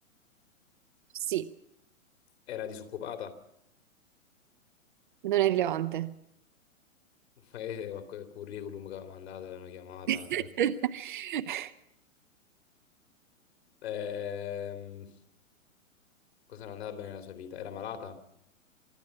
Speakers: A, on the right; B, on the left.
A: Sì,
B: Era disoccupata.
A: non è rilevante.
B: <laughs> Magari qualche curriculum che aveva mandato, l'hanno chiamata.
A: <laughs>
B: Ehm, cosa non andava bene nella sua vita? Era malata?